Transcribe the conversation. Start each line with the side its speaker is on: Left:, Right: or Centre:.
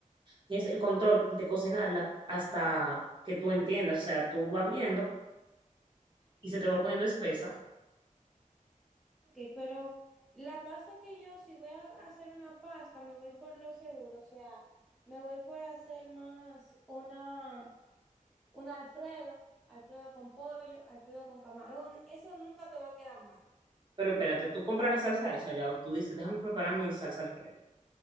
Right: Tienes el control de cocinarla hasta que tú entiendas. O sea, tú vas viendo y se te va poniendo espesa.
Centre: Ok, pero la pasta que yo, si voy a hacer una pasta, me voy por lo seguro, o sea, me voy por hacer más una, un Alfredo, Alfredo con pollo, Alfredo con camarón, eso nunca te va a quedar mal.
Right: Pero espérate, tú compras la salsa hecha ya, o tú dices, déjame preparar mi salsa Alfredo.